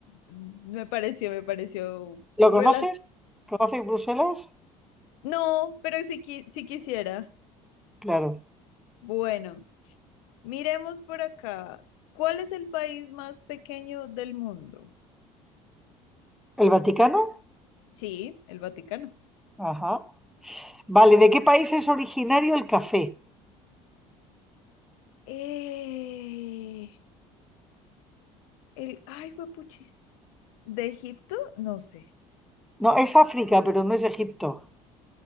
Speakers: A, on the left; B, in the centre.
A: mm, me pareció, me pareció
B: ¿Lo
A: rela-
B: conoces? ¿Conoces Bruselas?
A: No, pero sí, qui- sí quisiera.
B: Claro.
A: Bueno, Miremos por acá. ¿Cuál es el país más pequeño del mundo?
B: ¿El Vaticano?
A: Sí, el Vaticano.
B: Ajá. Vale, ¿de qué país es originario el café?
A: Eh, el, ay, puchis. ¿De Egipto? No sé.
B: No, es África, pero no es Egipto.